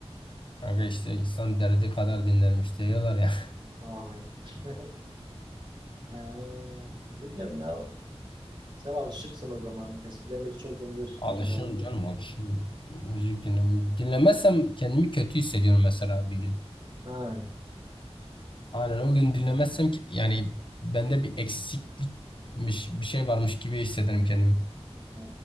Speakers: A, on the left; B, on the right.
A: Kanka işte insan derdi kadar dinlermiş diyorlar ya.
B: Ay. <laughs> Ha, Bilmiyorum ya. Sen alışıksın o zaman. Eskiden beri çok dinliyorsundur
A: <laughs> Alışım
B: herhalde.
A: canım alışım. Müzik dinlemem. Dinlemezsem kendimi kötü hissediyorum mesela bir gün.
B: Ha,
A: Aynen o gün dinlemezsem ki- yani bende bir eksiklikmiş bir şey varmış gibi hissederim kendimi.
B: ha.